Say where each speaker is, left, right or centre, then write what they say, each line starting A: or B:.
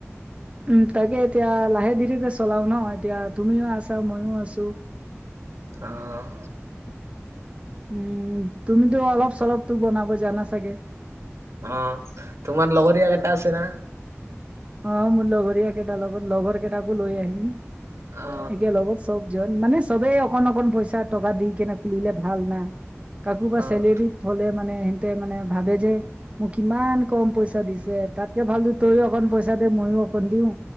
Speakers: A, on the right; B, on the right.
A: উম, তাকে এতিয়া লাহে দেৰিকে চলাও ন' এতিয়া তুমিও আছা, মইও আছো। <inaudible>
B: আহ
A: উম, তুমিতো অলপ -চলপ তো বনাব জানা চাগে?
B: অহ, তোমাৰ লগৰীয়া কেইটা আছে না?
A: অহ, মোৰ লগৰীয়া কেইটাৰ লগত লগৰ কেইটাকো লৈ আহিম
B: অ
A: একে লগত চব যত মানে চবেই অকন -অকণ পইচা টকা দি কেনে খুলিলে ভাল না? কাকো বা চেলেৰিত
B: অ
A: হলে মানে হিনটে মানে ভাবে যে মোক কিমান কম পইচা দিছ তাতকে ভালটো তইও অকণ পইচা দে মইও অকণ দিও